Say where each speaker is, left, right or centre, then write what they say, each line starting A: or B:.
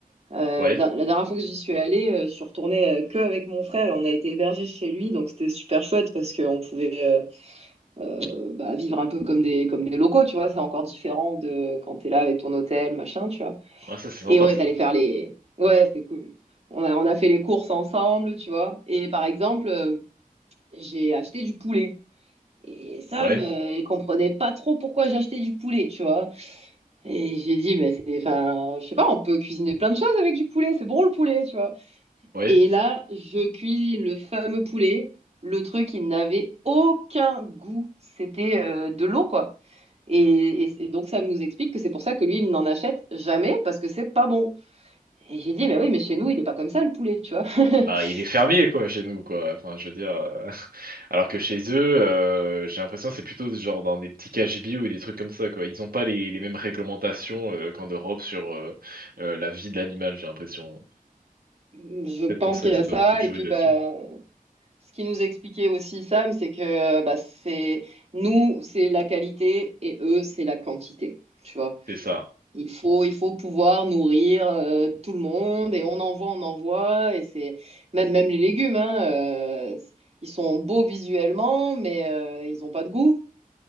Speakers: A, on the right; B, on the right.
A: Euh,
B: Ouais,
A: la, la dernière fois que j'y suis allée, euh, je suis retournée euh, que avec mon frère. et On a été hébergés chez lui, donc c'était super chouette parce qu'on pouvait euh, euh, bah, vivre un peu comme des comme des locaux, tu vois. C'est encore différent de quand t'es là avec ton hôtel, machin, tu vois.
B: ouais, ça c'est sympa
A: Et on est
B: ça.
A: allé faire les. Ouais, c'était cool. On a on a fait les courses ensemble, tu vois. Et par exemple, euh, j'ai acheté du poulet. Et Sam,
B: Ouais,
A: euh, il comprenait pas trop pourquoi j'achetais du poulet, tu vois. Et j'ai dit, mais c'est, enfin, je sais pas, on peut cuisiner plein de choses avec du poulet, c'est bon le poulet, tu vois.
B: ouais.
A: Et là, je cuisine le fameux poulet. Le truc, il n'avait aucun goût. C'était euh, de l'eau, quoi. Et, et- et donc, ça nous explique que c'est pour ça que lui, il n'en achète jamais parce que c'est pas bon. Et j'ai dit, mais oui, mais chez nous, il est pas comme ça, le poulet, tu vois.
B: Bah,
A: <laughs>
B: il est fermier, quoi, chez nous, quoi. Enfin, je veux dire. euh, <laughs> Alors que chez eux, euh, j'ai l'impression que c'est plutôt genre dans des petits KGB ou des trucs comme ça, quoi. Ils n'ont pas les, les mêmes réglementations euh, qu'en Europe sur euh, euh, la vie de l'animal, j'ai l'impression.
A: Je
B: Peut-être
A: pense
B: pour ça
A: qu'il
B: que
A: y a
B: ça doit
A: ça.
B: peut-être jouer
A: Et puis,
B: là-dessus.
A: bah, ce qui nous expliquait aussi, Sam, c'est que bah, c'est nous, c'est la qualité et eux, c'est la quantité. Tu vois.
B: C'est ça.
A: Il faut, il faut pouvoir nourrir euh, tout le monde et on envoie, on envoie et c'est même même les légumes hein, euh, ils sont beaux visuellement mais euh, ils ont pas de goût.